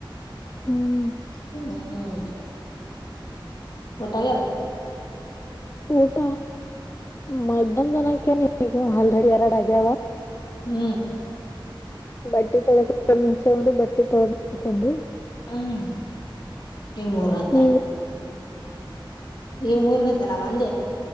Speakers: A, on the left; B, on the left.
A: ಹ್ಮ್
B: ಹ್ಮ್ ಊಟಾಗೆದ.
A: ಊಟ ಮಧ್ಯಾನ್ದಾನಕೆನ್ ಈಗ ಆಲ್ರೆಡಿ ಎರಡ್ ಆಗ್ಯಾವ.
B: ಹ್ಮ್.
A: ಬಟ್ಟೆ ತೊಳ್ಯಾಕೂ ಮುಂಚ್ ಒಂದು ಬಟ್ಟೆ ತೊಳ್ದ್ಮೆಕೊಂದು.
B: ಹ್ಮ್ ಇಗ್ ಮೂರ್ನದ್ದ.
A: ಈಗ
B: ಇಗ್ ಮೂರ್ನೇದ್ದನಾವ ಅಂದೇ.